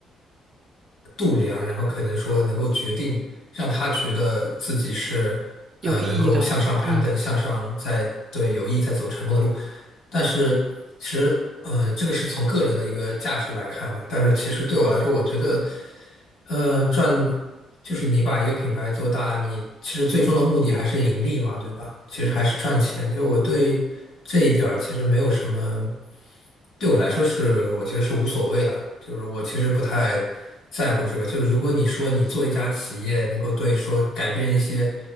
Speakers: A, on the left; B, on the right.
A: 度量，然后可能说能够决定让他觉得自己是呃能够向上攀登，
B: 有意义的，嗯
A: 向上在对有意在走成功的路。但是其实，嗯、这个是从个人的一个价值来看吧。但是其实对我来说，我觉得。呃，赚就是你把一个品牌做大，你其实最终的目的还是盈利嘛，对吧？其实还是赚钱。就我对这一点儿其实没有什么，对我来说是我觉得是无所谓了。就是我其实不太在乎这个。就是如果你说你做一家企业能够对说改变一些